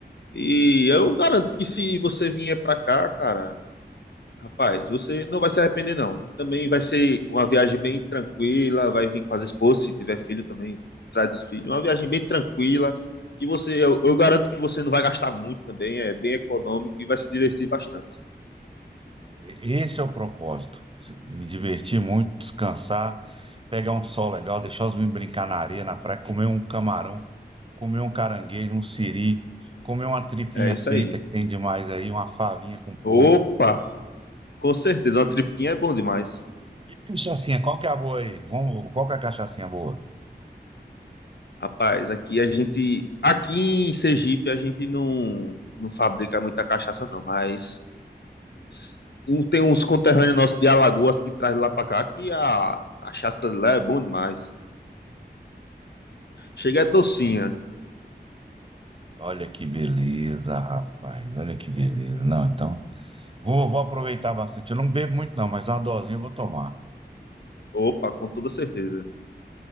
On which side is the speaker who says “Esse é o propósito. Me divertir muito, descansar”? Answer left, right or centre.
Right